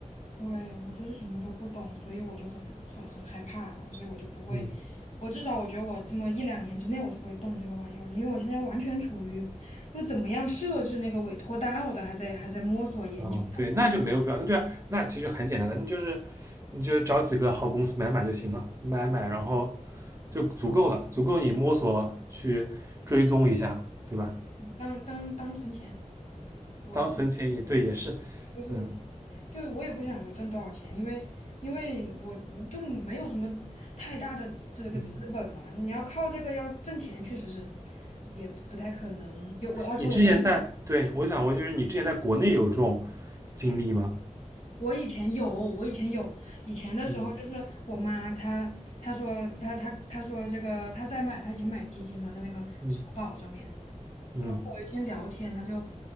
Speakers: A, on the left (about 60°); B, on the right (about 25°).
A: 对，我就是什么都不懂，所以我就很很很害怕，所以我就不会，
B: 嗯
A: 我至少我觉得我这么一两年之内我是不会动这个玩意儿的，因为我现在完全处于就怎么样设置那个委托单，我都还在还在摸索研究
B: 嗯，对，那就没有必要，那就那其实很简单的，你就是你就找几个好公司买买就行了，买买然后就足够了，足够你摸索去追踪一下，对吧？
A: 当当当当存钱，我
B: 当存钱也对，也是，
A: 就是
B: 嗯。
A: 就我也不想说挣多少钱，因为因为我就没有什么太大的这个资本嘛，
B: 嗯。
A: 你要靠这个要挣钱，确实是也不不太可能，有我而且我又
B: 你之前在，对，我想问，就是你之前在国内有这种经历吗？
A: 我以前有，我以前有，以前的时候就是我妈她她说她她她说这个她在买她以前买基金嘛，
B: 嗯
A: 在那个支付宝上面，
B: 嗯嗯
A: 然后有一天聊天，他就